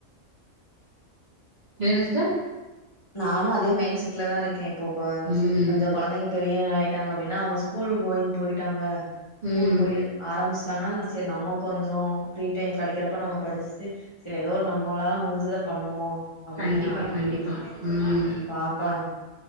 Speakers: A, on the right; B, on the left.
A: என்ன சிஸ்டர்
B: நானு அதே மைண்ட் செட்ல தா இருக்கே இப்போ கொஞ்
A: ம்
B: கொஞ்ச கொழந்தைங்க பெரியவங்க ஆயிட்டாங்க அப்டினா அவுங்க ஸ்கூல் கோயிங் போயிட்டாங்க ஸ்கூல்
A: ம்
B: போய் ஆரம்பிச்சிட்டாங்கனா நா செரி நம்ம கொஞ்சோ ஃப்ரீ டைம் கெடைக்கிறப்ப நம்ம படிச்ட்டு செரி ஏதோ நம்மளால முடிஞ்சத பண்ணுவோ அப்டிதா
A: கண்டிப்பா
B: நா பண்ணிட்ருக்கே
A: கண்டிப்பா ம்
B: செரி பாக்கலா